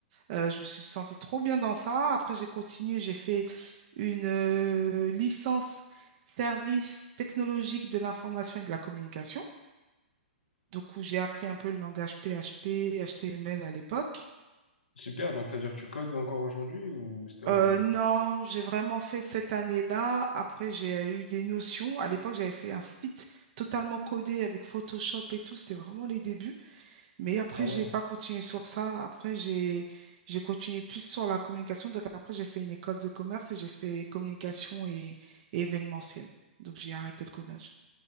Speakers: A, on the right (about 50°); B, on the left (about 75°).
A: Euh, je me suis sentie trop bien dans ça. Après, j'ai continué, j'ai fait une euh, licence service technologique de l'information et de la communication. Donc, où j'ai appris un peu le langage PHP, HTML à l'époque.
B: Super, donc ça veut dire que tu codes encore aujourd'hui ou si t'as oublié?
A: Euh, non, j'ai vraiment fait cette année-là. Après, j'ai eu des notions. À l'époque, j'avais fait un site totalement codé avec Photoshop et tout. C'était vraiment les débuts. Mais après,
B: Ah
A: j'ai
B: ouais.
A: pas continué sur ça. Après, j'ai j'ai continué plus sur la communication. Donc après, j'ai fait une école de commerce et j'ai fait communication et, et événementiel. Donc j'ai arrêté le codage.